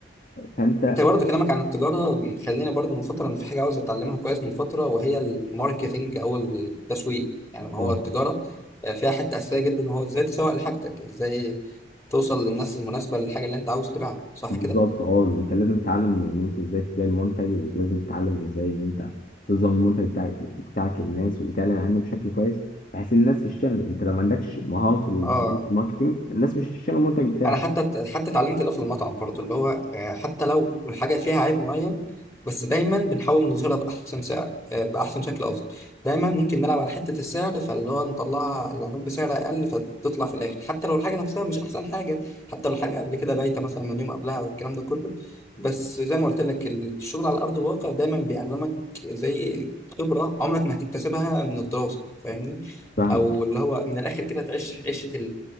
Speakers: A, on the left; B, on the left.
A: فأنت
B: انت برضو كلامك عن التجارة بيخليني برضو من فترة ان في حاجة عاوز اتعلمها كويس من فترة وهي الماركتينج او التسويق يعني ما
A: اه
B: هو التجارة آه، فيها حتة اساسية جدا وهو ازاي تسوق لحاجتك ازاي توصل للناس المناسبة للحاجة اللي انت عاوز تبيعها صح
A: بالظبط
B: كده؟
A: اه انت لازم تتعلم ان انت ازاي تبيع المنتج لازم تتعلم ازاي ان انت تظهر المنتج بتاعك بتاعك للناس وتعلن عنه بشكل كويس بحيث الناس تشتغل انت لو ما عندكش مهارة الماركتينج
B: اه
A: الناس مش هتشتغل المنتج بتاعك
B: انا حتى حتى اتعلمت ده في المطعم برضه اللي هو آه، حتى لو الحاجه فيها عيب معين بس دايما بنحاول نظهرها باحسن سعر آه، باحسن شكل قصدي دايما ممكن نلعب على حته السعر فاللي هو نطلعها العروض بسعر اقل فتطلع في الاخر حتى لو الحاجه نفسها مش احسن حاجه حتى لو الحاجه قبل كده بايته مثلا من يوم قبلها والكلام ده كله بس زي ما قلت لك الشغل على ارض الواقع دايما بيعلمك زي خبره عمرك ما هتكتسبها من الدراسه فاهمني
A: فاهمك
B: او اللي هو من الاخر كده تعيش عيشه